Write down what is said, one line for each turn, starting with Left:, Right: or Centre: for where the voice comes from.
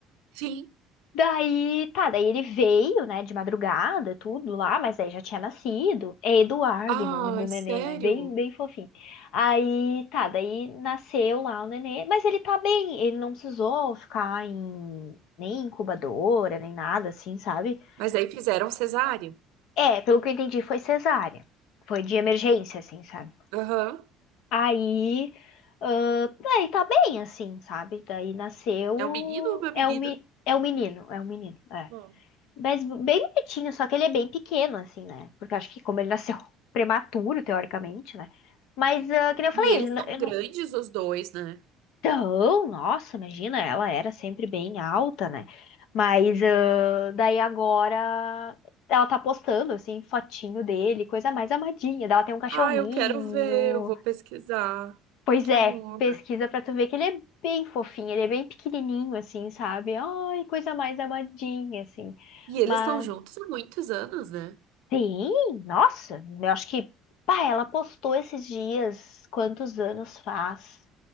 Right: Sim.
Left: Daí, tá, daí ele veio, né, de madrugada, tudo lá, mas aí já tinha nascido. É Eduardo
Right: Ai,
Left: o nome do nenê,
Right: sério?
Left: né? Bem, bem fofinho. Aí, tá, daí nasceu lá o nenê, mas ele tá bem, ele não precisou ficar em nem incubadora, nem nada assim, sabe?
Right: Mas aí fizeram cesáreo.
Left: É, pelo que eu entendi, foi cesárea. Foi de emergência, assim, sabe?
Right: Aham.
Left: Aí, ah, daí tá bem, assim, sabe? Daí nasceu.
Right: É um menino ou uma menina?
Left: É um, me- é um menino, é um menino, é.
Right: Bom,
Left: Mas bem bonitinho, só que ele é bem pequeno, assim, né? Porque eu acho que como ele nasceu <laughs> prematuro, teoricamente, né? Mas, ah, que nem eu
Right: E
Left: falei,
Right: eles
Left: ele não...
Right: são
Left: eu
Right: grandes,
Left: não-
Right: os dois, né?
Left: Então, nossa, imagina, ela era sempre bem alta, né? Mas ah, daí agora ela tá postando, assim, fotinho dele, coisa mais amadinha. Daí Ela tem um cachorrinho.
Right: Ah, eu quero ver, eu vou pesquisar.
Left: Pois
Right: Que
Left: é,
Right: amor.
Left: pesquisa pra tu ver que ele é bem fofinho, ele é bem pequenininho, assim, sabe? Ai, coisa mais amadinha, assim.
Right: E eles
Left: Mas...
Right: estão juntos há muitos anos, né?
Left: Sim, nossa, eu acho que, pá, ela postou esses dias, quantos anos faz?